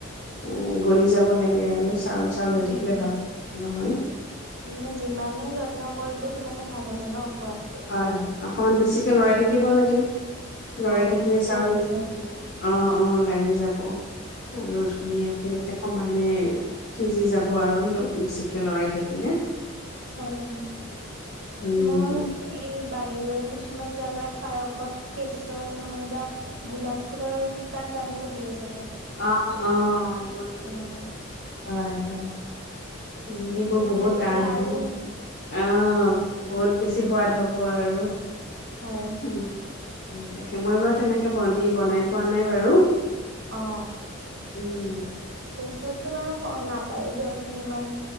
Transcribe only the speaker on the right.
উম
উম
মানে যিমানে যত্ন কৰিব, সিমানে ভাল হ'ব ন সোৱাদ।
অ
নহ'লে
লাগি যায় নহয়
হয় হয়
মই, এই বাহিৰৰ কিছুমান জাগাত পায়সত কেশৰ নহয় বা গোলাপ ফুলৰ শুকান পাহীও দি আছে
মানে
অ
দিলে চাগে
আৰু
হয় হয়।
অ'
গেছতটো বাৰু ক নাপায়ো দিয়কচোন ইমান